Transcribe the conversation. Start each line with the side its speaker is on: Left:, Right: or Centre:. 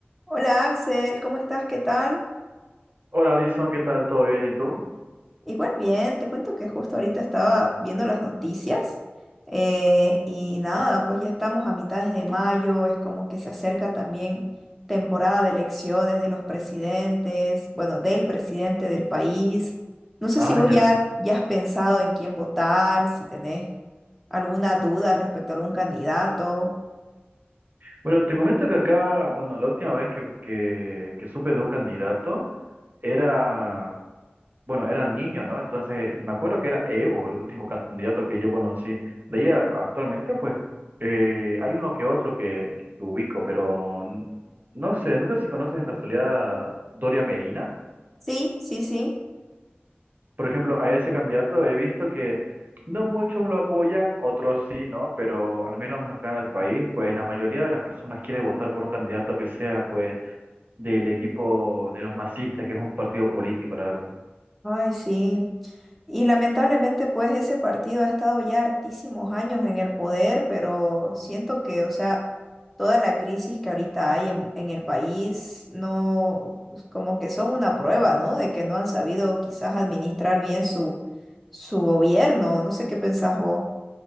Centre: Hola Axel, ¿cómo estás? ¿Qué tal?
Right: Hola Alison, ¿qué tal? ¿Todo bien? ¿Y tú?
Centre: Igual bien, te cuento que justo ahorita estaba viendo las noticias eh, y nada, pues ya estamos a mitades de mayo, es como que se acerca también temporada de elecciones de los presidentes, bueno, del presidente del país. No sé
Right: Ah,
Centre: si vos
Right: ya.
Centre: ya, ya has pensado en quién votar, si tenés alguna duda respecto a algún candidato.
Right: Bueno, te comento que acá, bueno, la última vez que, que, que supe de un candidato era, bueno, era niño, ¿no? Entonces, me acuerdo que era Evo, el último candidato que yo conocí. De ahí a- actualmente, pues, eh, hay uno que otro que, que ubico, pero n- no sé, no sé si conoces de casualidad a Doria Medina.
Centre: Sí, sí, sí.
Right: Por ejemplo, a ese candidato he visto que no muchos lo apoyan, otros sí, ¿no? Pero al menos acá en el país, pues la mayoría de las personas quiere votar por un candidato que sea, pues, del equipo de los masistas, que es un partido político, la verdad.
Centre: Ay, sí. Y lamentablemente, pues ese partido ha estado ya hartísimos años en el poder, pero siento que, o sea, toda la crisis que ahorita hay en, en el país, no, pues, como que son una prueba, ¿no? De que no han sabido quizás administrar bien su, su gobierno. No sé qué pensás vos.